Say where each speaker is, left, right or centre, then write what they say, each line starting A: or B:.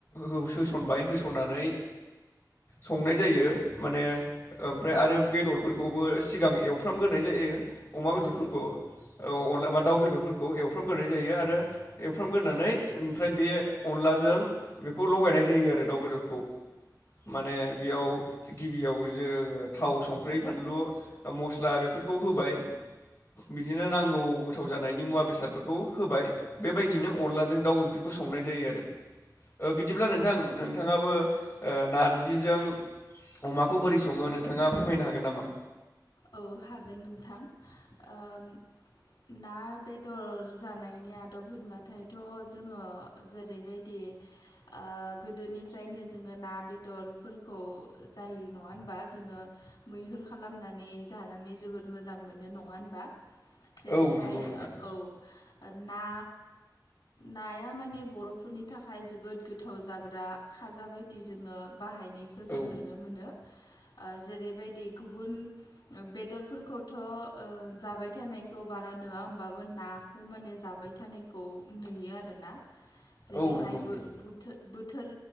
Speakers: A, on the left; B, on the left.
A: होसनबाय होसननानै संनाय जायो। माने ओमफ्राय आरो बेदरफोरखौबो सिगां एवफ्रामग्रोनाय जायो। अमा बेदरफोरखौ
B: औ
A: औ अनला मा दाउ बेदरफोरखौ एव एवफ्रामग्रोनाय जायो आरो एवफ्रामग्रोनानै ओमफ्राय बे अनलाजों बेखौ लगायनाय जायो आरो दाउ बेदरखौ माने बेयाव गिबियाव जोङो थाव संख्रि फानलु मस्ला बेफोरखौ होबाय बिदिनो नांगौ गौ गोथाव जानायनि मुवा बेसादफोरखौ होबाय बेबायदिनो
B: औ
A: अनलाजों दाउ ओंख्रिखौ संनाय जायो आरो। ओ बिदिब्ला नोंथां नोंथाङाबो ओ नारजिजों अमाखौ बोरै सङो नोंथाङा फोरमायनो हागोन नामा?
B: औ हागोन नोंथां ओ ना बेदर जानायनि आदब होनबाथायथ' जोङो जेरैबायदि ओ गोदोनिफ्रायनो जोङो ना बेदरफोरखौ जायो नङा होनबा? दा जोङो मैहुर खालामनानै जानानै जोबोद मोजां मोनो नङा होनबा जेरैहाय
A: औ नंगौ नोंथां
B: औ ना नाया माने बर'फोरनि थाखाय जोबोद गोथाव जाग्रा खाजा बायदि जोङो बाहायनायखौ जों
A: औ
B: नुनो मोनो ओ जेरैबायदि गुबुन बेदरफोरखौथ' ओ जाबाय थानायखौ बारा नुवा होमबाबो नाखौ माने जाबाय थाबाय थानायखौ नुयो आरोना जेरैहाय
A: औ नंगौ नोंथां
B: बो बुथ बोथोर